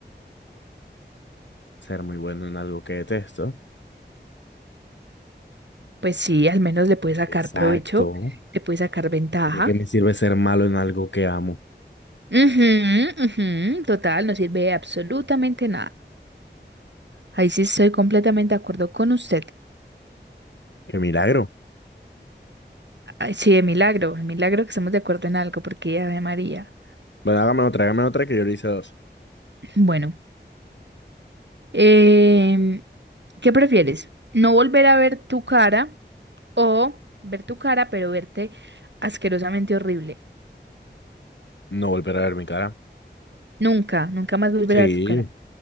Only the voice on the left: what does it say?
Ser muy bueno en algo que detesto.
Exacto.
¿De qué me sirve ser malo en algo que amo?
¡Qué milagro!
Bueno, hágame otra, hágame otra que yo le hice dos.
No volver a ver mi cara.
Sí,